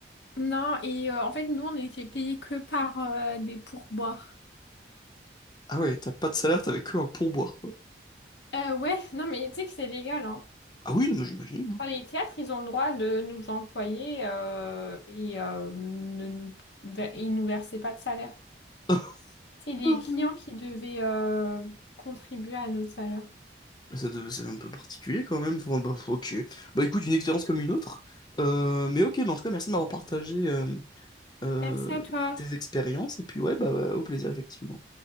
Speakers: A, on the left; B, on the left.
A: Non, et euh, en fait, nous, on était payés que par euh, des pourboires.
B: Ah ouais, t'as pas de salaire, t'avais que un pourboire, quoi.
A: Euh, ouais, non, mais tu sais que c'est légal, hein.
B: Ah oui, non, mais j'imagine. hein.
A: Enfin, les théâtres, ils ont le droit de nous employer euh, et euh, ne nous, de- ils nous versaient pas de salaire.
B: <laughs>
A: C'est les
B: Ah
A: clients
B: oui.
A: qui devaient euh, contribuer à notre salaire.
B: Mais ça devait- c'est un peu particulier quand même. Enfin, bah, ok. Bah écoute, une expérience comme une autre. Euh, mais ok, mais en tout cas, merci de m'avoir partagé euh, euh,
A: Merci à toi.
B: tes expériences. Et puis ouais, bah, bah, au plaisir, effectivement.